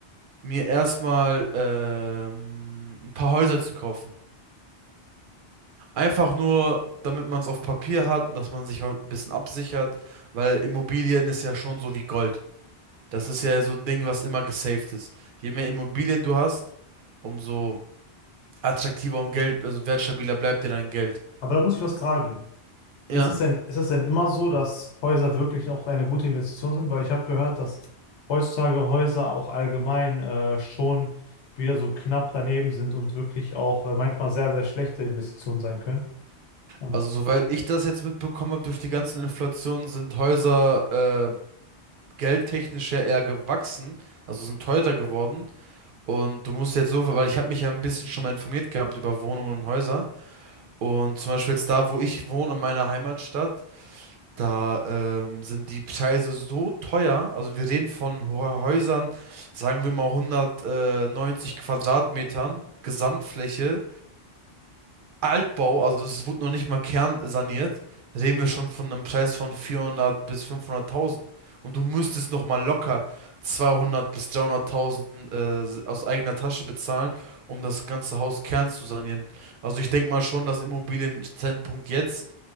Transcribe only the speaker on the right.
mir erstmal ähm, ein paar Häuser zu kaufen. Einfach nur, damit man es auf Papier hat und dass man sich auch ein bisschen absichert, weil Immobilien ist ja schon so wie Gold. Das ist ja so ein Ding, was immer gesaved ist. Je mehr Immobilien du hast, umso attraktiver und Geld, also wertstabiler bleibt dir dein Geld.
Ja.
Also soweit ich das jetzt mitbekommen habe durch die ganzen Inflationen, sind Häuser äh, geldtechnisch ja eher gewachsen, also sind teurer geworden. Und du musst jetzt so, weil ich habe mich ja ein bisschen schon mal informiert gehabt über Wohnungen und Häuser. Und zum Beispiel jetzt da, wo ich wohne, in meiner Heimatstadt, da ähm, sind die Preise so teuer. Also wir reden von Ho- Häusern, sagen wir mal 190 Quadratmetern Gesamtfläche. Altbau, also es wurde noch nicht mal kernsaniert, reden wir schon von einem Preis von 400 bis 500.000. Und du müsstest noch mal locker 200 bis 300.000 äh, aus eigener Tasche bezahlen, um das ganze Haus Kern zu sanieren. Also ich denke mal schon, dass Immobilien Zeitpunkt jetzt